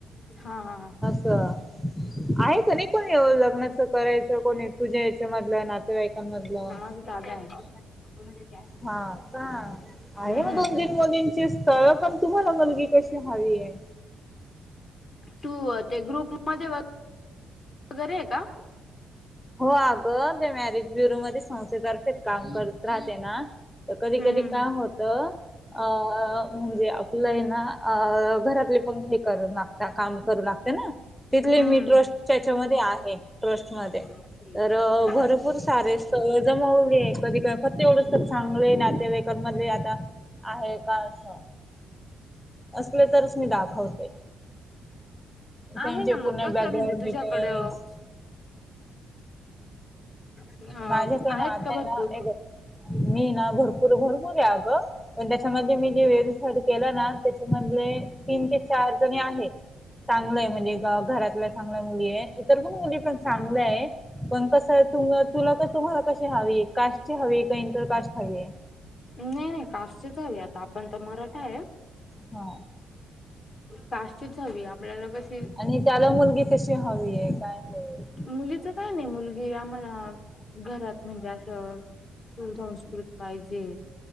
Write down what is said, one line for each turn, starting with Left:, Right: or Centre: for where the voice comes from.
Left: हा हा.
Centre: आहे की नाही कोणी लग्नाच करायचं कोणी तुझ्या याच्यामध्ये. आपल्या नातेवाईकां मधलं.
Left: दा.
Centre: हा काआहे
Left: हम्म
Centre: मग दोन तीन मुलींची स्थळ पण तुम्हाला मुलगी कशी हवी आहे?
Left: तू अ ते ग्रुप मध्ये बघ. तू घरी आहे का?
Centre: हो अगं, ते मॅरिज ब्युरोमध्ये संस्थेतर्फेच काम करत राहते ना. तर कधी
Left: हम्म
Centre: -कधी काम होतं. अ म्हणजे आपलं हे ना अ - घरातले पण हे कर ना. काम करू लागते ना, तिथले
Left: हम्म
Centre: मी ट्रस्ट त्याच्यामध्ये आहे ट्रस्ट मध्ये.
Left: हम्म
Centre: तर अ भरूप. भरपूर सारे स्थळ जमवूले कधी काय फत्ते उडवूस्तव चांगले नातेवाईकांन मध्ये आता. आहे बाळासा असले तरच मी दाखवते. त्यांचे
Left: आहे ना
Centre: पुूर्ण
Left: मग कसं
Centre: बॅकग्राउंड
Left: म्हणजे तुझ्याकडं
Centre: डिटेल्स.
Left: अ
Centre: माझ्या त्या
Left: आहेत
Centre: नात्याला
Left: का भरपूर
Centre: ए बघ मी ना भरपूर -भरपूर ए अगं. पण त्याच्यामधले मी जे व्हेरिफाईड केलं ना, त्याच्यामधले तीन ते चार जणी आहेत. चांगलंय म्हणजे ग घरातल्या चांगल्या मुली आहेत. इतर पण मुली चांग चांगल आहे. पण कस आहे तू तुला तुम्हाला कशी हवी कास्ट ची हवी? की इंटर कास्ट हवी?
Left: नाही- नाही कास्ट ची च हवी. आता आपण तर मराठ आहे.
Centre: हो.
Left: कास्टचीच हवी आपल्याला कशी
Centre: आणि त्याला मुलगी कशी हवी आहे काय? आहे?
Left: मुलीच काय नाही. मुलगी आम्हाला घरात म्हणजे असं सुसंस्कृत पाहिजे.